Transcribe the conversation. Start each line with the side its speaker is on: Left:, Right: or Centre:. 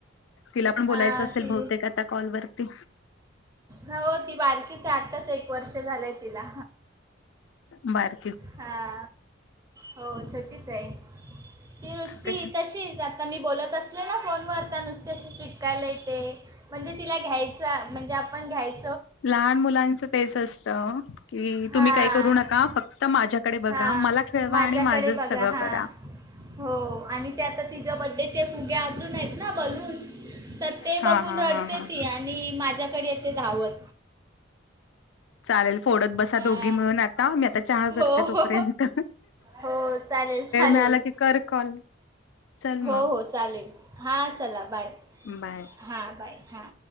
Left: तिला पण बोलायचं
Right: हा
Left: असेल
Right: ती
Left: बहुतेक आता कॉलवररती.
Right: हो ती बारकीच आत्ताच एक वर्ष झालंय तिला.
Left: बर.
Right: हा हो छोटीच आहे. ती नुस्ती
Left: ते
Right: तशीच आता मी बोलत अस. आपल्या ना फोनवरता नुसत्या चिटकायला येते म्हणजे तिला घ्यायच म्हणजे आपण घ्यायच.
Left: लहान मुलांच तेच असत की
Right: हां
Left: तुम्ही काही करू नका फक्त माझ्या. डे बघा
Right: हां
Left: मला खेळवा
Right: माझ्याकडे
Left: आणि माझं
Right: बघा
Left: सगळं
Right: हां
Left: करा.
Right: हो आणि त्या आता तिच्या ब. फुगे आजून आहेत ना बलून्स तर ते
Left: हा
Right: बघून
Left: हा
Right: रडते
Left: हा हा
Right: ती आणि. आणि माझ्याकडे येते धावत.
Left: चालेल फोडत बसा
Right: हां
Left: दोघी मिळून आता मी आता चहा करते
Right: हो
Left: तोपर्यंत.
Right: हो हो चालेल. चालेल
Left: मला क कर कॉल. चल मग.
Right: हो हो चालेल हां चला बाय
Left: बाय.
Right: हां बाय हां.